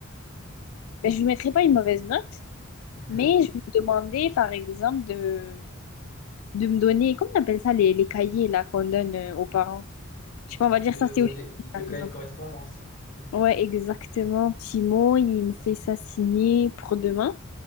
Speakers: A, on the left; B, on the left.
A: je lui mettrai pas une mauvaise note,
B: Mhm.
A: mais je vais lui demander, par exemple, de de me donner, comment on appelle ça, les, les cahiers là qu'on donne euh, aux parents? Je sais pas, on va
B: Le,
A: dire ça, c'est au lycée,
B: les- le
A: par
B: cahier
A: exemple.
B: de correspondance. Hmm.
A: Ouais, exactement. Timon, il me fait ça signer pour demain.